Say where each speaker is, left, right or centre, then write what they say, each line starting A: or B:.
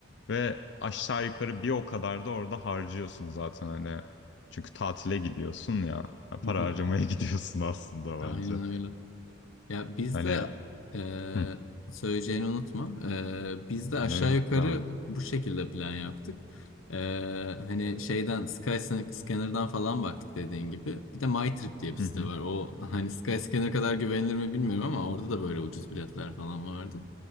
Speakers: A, on the left; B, on the left.
A: Ve aşağı yukarı bir o kadar da orada harcıyorsun zaten hani. Çünkü tatile gidiyorsun ya. Ya Para
B: Hı hı.
A: harcamaya <laughs> gidiyorsun aslında
B: Aynen
A: bence.
B: öyle. Ya bizde
A: Hani
B: eee
A: hı,
B: söyleyeceğini unutma. Eee biz de aşağı
A: ne yok
B: yukarı
A: devam et.
B: bu şekilde plan yaptık. Eee, hani şeyden Skyscanner'dan falan baktık dediğin gibi. Bir de MyTrip diye bir site
A: Hı hı,
B: var. O hani Skyscanner kadar güvenilir mi bilmiyorum ama orada da böyle ucuz biletler falan vardı.